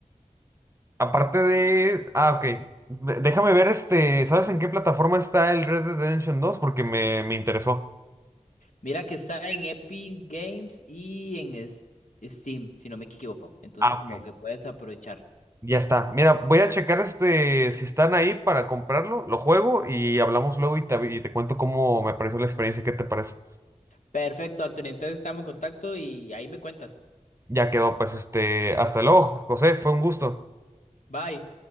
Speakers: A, on the right; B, on the left.
A: Aparte de... Ah, ok. De- déjame ver, este, ¿sabes en qué plataforma está el Red Dead Redemption dos? Porque me, me interesó.
B: Mira que está en Epic Games y en es- Steam, si no me equivoco, entonces
A: Ah,
B: como
A: ok.
B: que puedes aprovechar.
A: Ya está. Mira, voy a checar este, si están ahí para comprarlo, lo juego y hablamos luego y te, avi- y te cuento cómo me pareció la experiencia, ¿qué te parece?
B: Perfecto, Antonio, entonces estamos en contacto y ahí me cuentas.
A: Ya quedó, pues, este, hasta luego, José, fue un gusto.
B: Bye.